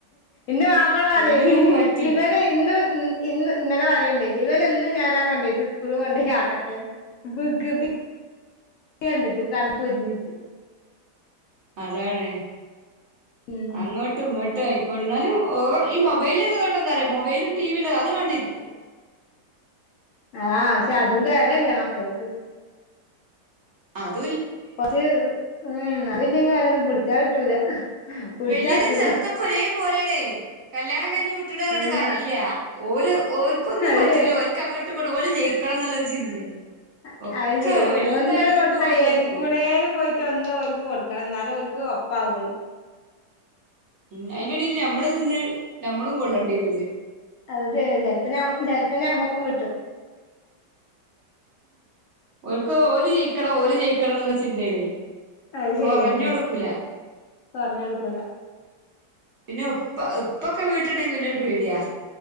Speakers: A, on the left (about 80°); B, on the right (about 55°).
A: ന്റെ മാപ്പള പറയ്
B: ഒന്നിനൊന്ന് പറ്റും
A: ഇവനെ ഇന്നും ഇന്ന് ഇന്നലെ പറയണ്ടേ ഇവനെ ഇന്നും ഞാനാ കൊണ്ടോയിട്ട് സ്കൂള് കൊണ്ടോയി ആക്കട്ടെ വികൃതി തി കണ്ടിട്ട് കറു പൊരിഞ്ഞിട്ട്
B: അതാണ്
A: ഉം
B: അങ്ങോട്ടും ഇങ്ങോ ആയിക്കോ എന്നാലും ഓവർ ഈ മൊബൈല് ഉള്ളത് കൊണ്ട് എന്താറിയോ മൊബൈലും ടി വി ഉള്ളത് അത് കണ്ടിരിക്കും
A: ആഹ് പഷേ അതും കേടല്ലേ മക്കൾക്ക്
B: അത്
A: കൊറച്ച് ഉം അതില്ലങ്കി ഓലെ ഒന്നും പിടിച്ചാൽ കിട്ടൂല പിടിച്ചാ
B: വലിയതും
A: കിട്ടൂല
B: ചെറുതൊക്കെ ഒരേ പോലെയണേ കല്യാണം കഴിഞ്ഞ് വിട്ടിണ്ണ് പറഞ്ഞിട്ട്
A: ഉം
B: കാര്യമില്ല ഓല് ഓർക്കൊന്നും
A: അത്
B: പറ്റൂല
A: ശരി
B: ഓലക്ക് അങ്ങട്ടുംഇങ്ങട്ടും ഓല് ജയിക്കണം ന്നൊള്ള ഒരു ചിന്തയാ
A: അ
B: ഒക്കെ
A: അത് ശെരി
B: വലുതായിന്നൊന്നും
A: ഒന്ന കൊടുത്താ
B: തോന്നൂല
A: ഏതി
B: ഓൽക്ക്
A: കൂടെലും പോയിട്ട് ഒന്ന് ഓല്ക്ക് കൊടുക്കണം എന്നാലും ഓല്ക്ക് പൗൾ
B: ഉം അയിന്റെ ഇടയിൽ നമ്മള് നിന്ന് നമ്മളും കൊള്ളണ്ടിരുന്ന്
A: അത് ശെരിയാ ചെലപ്പ ചെലപ്പ ഞമ്മക്കും കിട്ടും
B: ഓൽക്ക് ഓല് ജയിക്കണം ഓല് ജയിക്കണം എന്നുള്ള ചിന്തായാണേ
A: അത്
B: കൊറഞ്
A: ശരിയന്നെയാണ്
B: കൊടുക്കൂല
A: പറഞ്ഞ് കൊടുക്കൂല
B: പിന്നെ- ഉപ്പ ഉപ്പൊക്കെ വീട്ടുണ്ടെങ്കി പിന്നൊരു പേടിയാ